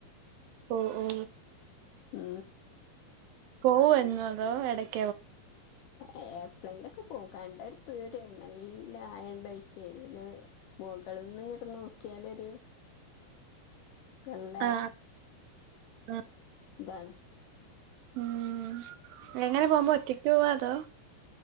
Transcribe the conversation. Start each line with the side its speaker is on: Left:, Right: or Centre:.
Right: ഓ ഓ
Left: ആ
Right: പോവെന്നതോ എടക്
Left: ഏപ് <unintelligible> പോവും കണ്ട ഒരു പേടിയാവും നല്ല ആയണ്ടായിക്കെ ന്നെ മുകളിൽ നിന്നങ്ങട്ട നോക്കിയാലൊരു നല്ല
Right: ആഹ് ആഹ്
Left: ന്താണ്
Right: ഉം എങ്ങനെ പോകുമ്പോ ഒറ്റക്ക് പോവാ അതോ